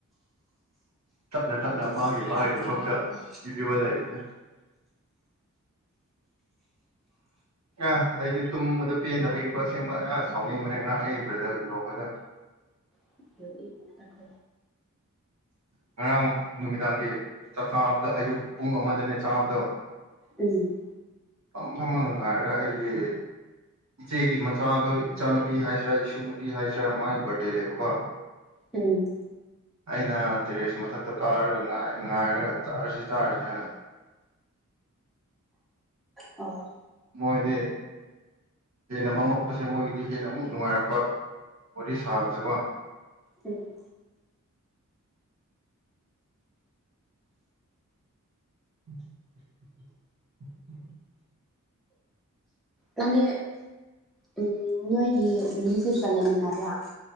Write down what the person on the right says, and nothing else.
ꯁꯞꯅ ꯇꯞꯅ ꯃꯥꯒꯤ
ꯃꯥꯒꯤꯗꯃꯛꯇ
ꯄꯤꯕꯤꯕ ꯂꯩꯕꯅꯦ ꯑ ꯑꯩꯗꯤ ꯇꯨꯝꯕꯗ ꯄꯦꯟꯗꯕꯒꯤꯀꯣ ꯑꯁꯦꯡꯕ <unintelligible> ꯁꯥꯎꯅꯤꯡꯕꯅꯦ ꯉꯔꯥꯡ ꯑꯩ ꯕ꯭ꯔꯗꯔ ꯏꯟꯂꯣ ꯈꯣꯏꯗ
ꯉꯔꯥꯡ ꯅꯨꯃꯤꯗꯥꯡꯒꯤ ꯆꯥꯛ ꯆꯥꯥꯕꯗ ꯑꯌꯨꯛ ꯄꯨꯡ ꯑꯃꯗꯅꯦ ꯆꯥꯕꯗ
ꯐꯝ ꯐꯝꯃꯒ ꯉꯥꯏꯔꯒ ꯑꯩꯒꯤ ꯏꯆꯦꯒꯤ ꯃꯆꯥꯗꯣ ꯏꯆꯥꯅꯨꯄꯤ ꯍꯥꯏꯁꯤꯔꯥ ꯏꯁꯨ ꯅꯨꯄꯤ ꯍꯥꯏꯁꯤꯔꯥ ꯃꯥꯒꯤ ꯕꯥꯔꯗꯦ ꯂꯩꯕꯀꯣ
ꯑꯩꯅ ꯇꯦꯔꯦꯁ ꯃꯊꯛꯇ ꯀꯥꯔꯒ ꯉꯥꯏ ꯉꯥꯏꯔꯒ ꯆꯥꯔꯁꯤ ꯆꯥꯔꯁꯤ ꯍꯥꯢꯅ
ꯃꯣꯏꯗꯤ ꯍꯦꯟꯅ ꯃꯝꯃꯛꯄꯁꯦ ꯃꯣꯏꯗꯤ ꯍꯦꯟꯅ ꯑꯃꯨꯛ ꯅꯨꯡꯉꯥꯏꯔꯛꯄ ꯋꯥꯔꯤ ꯁꯥꯕꯁꯦꯀꯣ
<unintelligible>